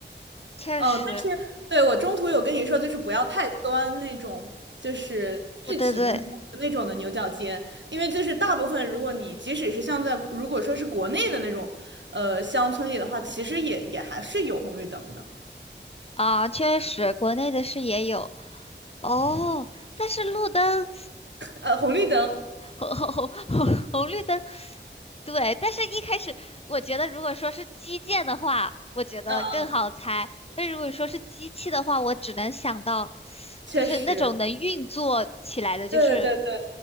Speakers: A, on the left; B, on the right.
A: 确实
B: 嗯，但是对我中途有跟你说，就是不要太钻那种，就是具体的某个那种的牛角尖，
A: 对对对，
B: 因为就是大部分，如果你即使是像在如果说是国内的那种，呃，乡村里的话，其实也也还是有红绿灯的，
A: 啊，确实，国内的是也有哦，但是路灯
B: 呃，红绿灯，
A: <laughs> 红红红红红绿灯，对。但是一开始我觉得，如果说是基建的话，我觉得更好猜。
B: 嗯，嗯
A: 但如果说是机器的话，我只能想到，
B: 确实，
A: 就是那种能运作起来的，就是
B: 对对对，